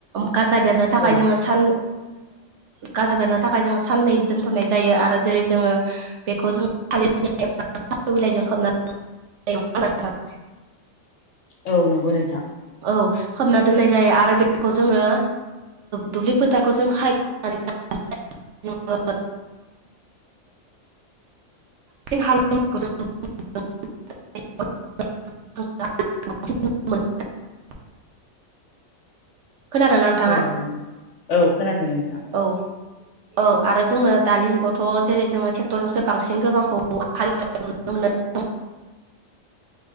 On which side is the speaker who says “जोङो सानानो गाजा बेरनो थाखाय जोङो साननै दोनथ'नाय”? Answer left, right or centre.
Right